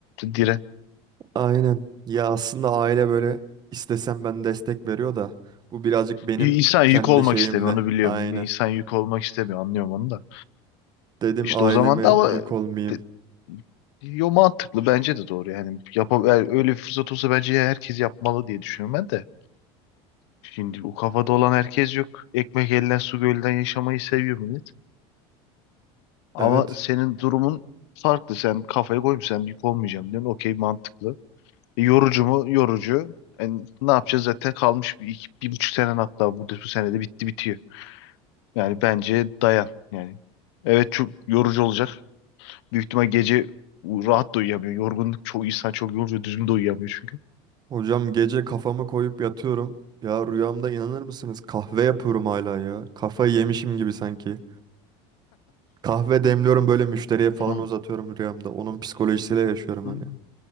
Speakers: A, on the left (about 80°); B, on the right (about 30°).
A: dire.
B: aynen. Ya aslında aile böyle istesem ben destek veriyor da bu birazcık benim
A: İnsan yük
B: kendi
A: olmak
B: şeyimle.
A: istemiyor onu biliyorum.
B: Aynen.
A: İnsan yük olmak istemiyor anlıyorum onu da.
B: Dedim
A: İşte
B: aileme
A: o zaman da ama
B: yük olmayayım.
A: de- yo mantıklı bence de doğru yani. Yap öyle bir fırsat olsa bence herkes yapmalı diye düşünüyorum ben de. Şimdi o kafada olan herkes yok. Ekmek elden su gölden yaşamayı seviyor millet. Ama
B: Evet.
A: senin durumun farklı. Sen kafaya koymuş sen yük olmayacağım diyorsun. Okey mantıklı. E, yorucu mu? Yorucu. Yani ne yapacağız zaten kalmış bir, iki- bir buçuk senen hatta bu, bu senede bitti bitiyor. Yani bence dayan yani. Evet çok yorucu olacak. Büyük ihtimal gece rahat da uyuyamıyor. Yorgunluk çoğu insan çok yoruluyor. Düzgün de uyuyamıyor çünkü.
B: Hocam gece kafamı koyup yatıyorum. Ya rüyamda inanır mısınız? Kahve yapıyorum hala ya. Kafayı yemişim gibi sanki. Kahve demliyorum böyle müşteriye falan
A: Hı.
B: uzatıyorum rüyamda. Onun psikolojisiyle yaşıyorum
A: Hı.
B: hani.